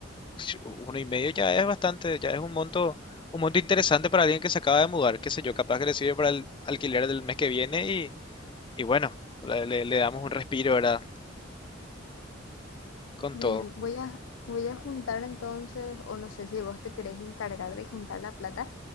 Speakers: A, on the left (about 25°); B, on the left (about 85°).
A: si uno y medio ya es bastante, ya es un monto, un monto interesante para alguien que se acaba de mudar, qué sé yo, capaz que le sirve para el alquiler del mes que viene y, y bueno, le, le- le damos un respiro, ¿verdad? Con
B: Bien,
A: todo.
B: voy a, voy a juntar entonces, o no sé si vos te querés encargar de juntar la plata